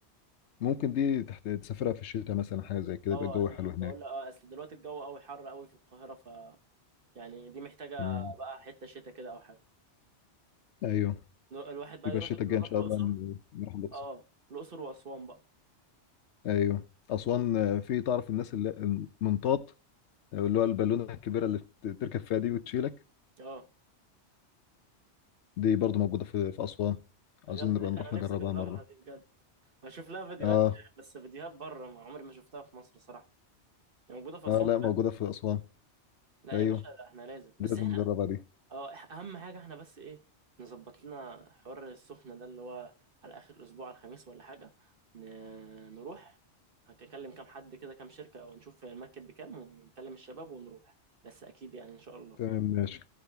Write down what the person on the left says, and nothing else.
ممكن دي تحت تسافرها في الشتاء مثلا حاجة زي كده
يبقى الجو
حلو هناك
امم
ايوه
يبقى
الشتاء الجاي
ان شاء
الله ن- نروح الأقصر
ايوه أسوان آه، في تعرف الناس اللي المنطاط آه، اللي هو البالونة الكبيرة اللي بت- تركب فيها دي وتشيلك
دي برضو موجودة في في أسوان
عاوزين
نبقى
نروح
نجربها
مرة
اه
اه لا
موجودة في أسوان
ايوه
دي لازم
نجربها دي
تمام ماشي